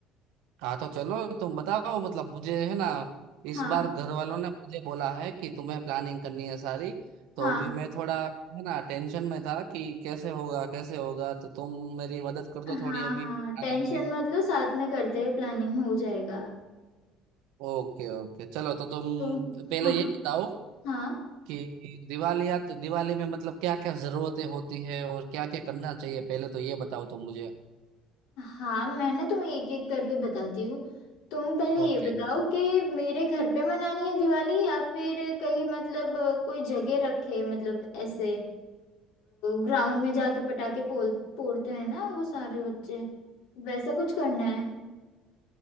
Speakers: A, on the right (about 80°); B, on the left (about 75°).
A: हाँ तो चलो तुम बताओ मतलब मुझे है ना इस
B: हाँ
A: बार घर वालों ने मुझे बोला है कि तुम्हें प्लानिंग करनी है सारी
B: हाँ
A: तो अभी मैं थोड़ा है ना टेंशन में था कि कैसे होगा कैसे होगा तो तुम मेरी मदद कर दो
B: हाँ
A: थोड़ी अभी
B: हाँ
A: प्लानिंग
B: टेंशन
A: में
B: मत लो साथ में करते हैं प्लानिंग हो जाएगा
A: ओके ओके चलो तो तुम
B: तो
A: पहले
B: हाँ
A: ये बताओ
B: हाँ
A: कि कि दिवाली या दिवाली में मतलब क्या क्या जरूरतें होती है और क्या क्या करना चाहिए पहले तो ये बताओ तुम मुझे
B: हाँ मैं ना तुम्हें एक एक करके बताती हूँ तुम पहले
A: ओके
B: ये बताओ कि मेरे घर पे मनानी है दिवाली या फिर कहीं मतलब अ, कोई जगह रखे मतलब ऐसे ग्राउंड में जाके पटाखे फोड़ फोड़ते हैं ना वो सारे बच्चे वैसा कुछ करना है